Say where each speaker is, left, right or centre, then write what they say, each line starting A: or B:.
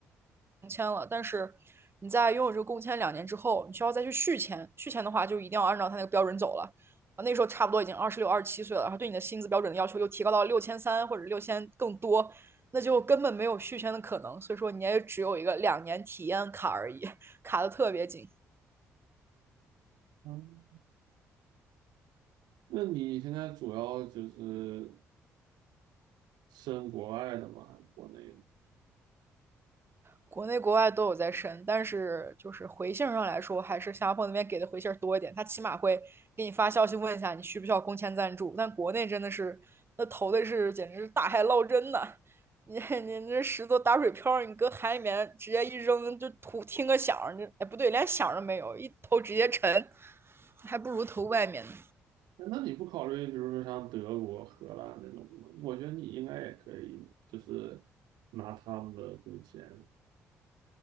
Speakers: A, on the right; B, on the right.
A: 工签了，但是你在拥有这个工签两年之后，你需要再去续签，续签的话就一定要按照他那个标准走了。啊，那时候差不多已经二十六、二十七岁了，然后对你的薪资标准的要求又提高到六千三或者六千更多，那就根本没有续签的可能，所以说你也只有一个两年体验卡而已。卡的特别紧。
B: 嗯那你现在主要就是申国外的吗？还是国内的？
A: 国内国外都有在申，但是就是回信上来说，还是新加坡那边给的回信多一点，他起码会给你发消息问一下你需不需要工签赞助。但国内真的是那投的是简直是大海捞针呐、啊你 <laughs> 你这石头打水漂，你搁海里面直接一扔就图听个响哎不对，连响都没有，一投直接沉，还不如投外面呢。
B: 哎那你不考虑，比如说像德国、荷兰那种吗？我觉得你应该也可以，就是拿他们的工钱，